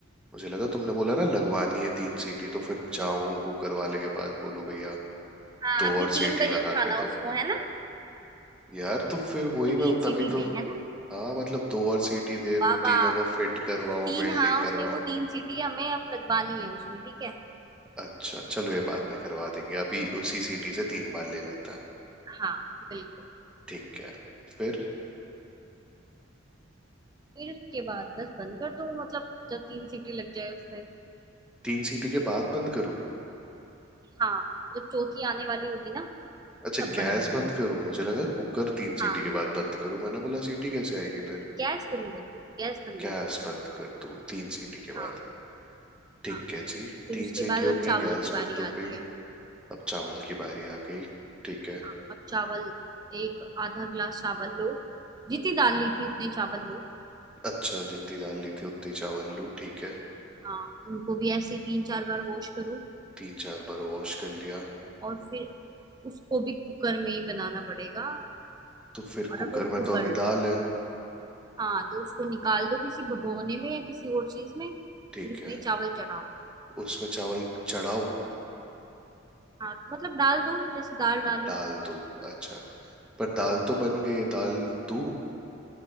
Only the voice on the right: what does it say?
हाँ
अभी
तीन
बजे
उठाना
उसको है ना
कि तीन
सीटी
दे है ना
बाबा
तीन
हाँ
उसमें वो तीन सीटी हमें अब लगवानी है उसमें ठीक है
हाँ बिल्कुल
फिर उसके बाद बस बंद कर दो मतलब जब तीन सीटी लग जाए उसमें
हाँ जब चौथी आने वाली होगी ना
तब
बंद कर दो
उसको
हाँ
गैस बंद कर दो गैस बंद
कर दो
हाँ
हाँ
फिर
उसके
बाद
अब
चावल
की बारी
आती
है
हाँ अब चावल एक आधा ग्लास चावल लो जितनी दाल ली थी उतने चावल लो
हाँ उनको भी ऐसे ही तीन चार बार वॉश करो
और फिर उसको भी कुकर में ही बनाना पड़ेगा
और
अब एक
कुकर
लो
हाँ तो उसको निकाल दो किसी भगोने में या किसी और चीज में
फिर उसमें
ये चावल चढ़ाओ
हाँ मतलब डाल दो जैसे दाल डाली
थी
हम्म